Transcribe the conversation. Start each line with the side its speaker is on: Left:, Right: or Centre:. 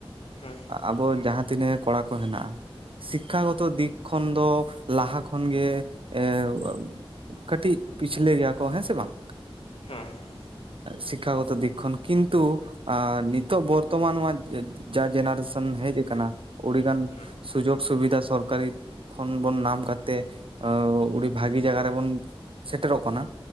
Left: ᱦᱮᱸ
Right: ᱟᱵᱚ ᱡᱟᱦᱟᱸ ᱛᱤᱱᱟᱹᱜ ᱠᱚᱲᱟ ᱠᱚ ᱦᱮᱸᱱᱟᱜᱼᱟ, ᱥᱤᱠᱠᱷᱟ ᱜᱚᱛᱚ ᱫᱤᱠ ᱠᱷᱚᱱ ᱫᱚ ᱞᱟᱦᱟ ᱠᱷᱚᱱᱜᱮ ᱮᱸ ᱠᱟᱹᱴᱤᱡ ᱯᱤᱪᱷᱞᱟᱹ ᱜᱮᱭᱟ ᱠᱚ ᱦᱮᱸ ᱥᱮ ᱵᱟᱝ?
Left: ᱦᱚᱸ ᱦᱚᱸ᱾
Right: ᱥᱤᱠᱠᱷᱟ ᱜᱚᱛᱚ ᱫᱤᱠ ᱠᱷᱚᱱ ᱠᱤᱱᱛᱩ ᱟ ᱱᱤᱛᱚᱜ ᱵᱚᱨᱛᱚᱢᱟᱱ ᱱᱚᱣᱟ ᱡᱟ ᱡᱮᱱᱟᱨᱮᱥᱚᱱ ᱦᱮᱡ ᱠᱟᱱᱟ ᱚᱹᱰᱤᱜᱟᱱ
Left: ᱦᱮᱸ
Right: ᱥᱩᱡᱳᱜᱽ ᱥᱩᱵᱤᱫᱷᱟ ᱥᱚᱨᱠᱟᱨᱤ ᱠᱷᱚᱱ ᱵᱚᱱ ᱧᱟᱢ ᱠᱟᱛᱮ ᱟᱹᱰᱤ ᱵᱷᱟᱜᱤ ᱡᱟᱭᱜᱟ ᱨᱮᱵᱚᱱ ᱥᱮᱴᱮᱨᱚᱜ ᱠᱟᱱᱟ